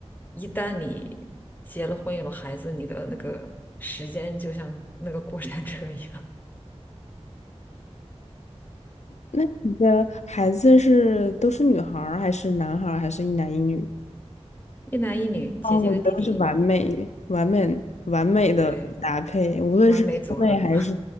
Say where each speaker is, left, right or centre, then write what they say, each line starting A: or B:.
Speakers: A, on the left (about 15°); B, on the left (about 85°).
A: 一旦你结了婚有了孩子，你的那个时间就像那个过山车一样，
B: 那你的孩子是都是女孩儿，还是男孩儿，还是一男一女？
A: <laughs> 一男一女，姐姐和弟弟，
B: 啊，我觉得是完美、完美、完美的搭配，
A: 对，
B: 无论是兄妹还是
A: 完美组合。